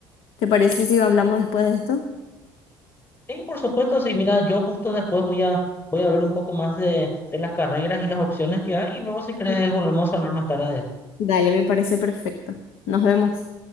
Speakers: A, on the left (about 80°); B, on the left (about 25°).
A: ¿Te parece si hablamos después de esto?
B: Sí, por supuesto, sí. Mira, yo justo después voy a, voy a ver un poco más de, de las carreras y las opciones que hay y luego si querés
A: Sí.
B: volvemos a hablar más tarde de esto.
A: Dale, me parece perfecto. Nos vemos.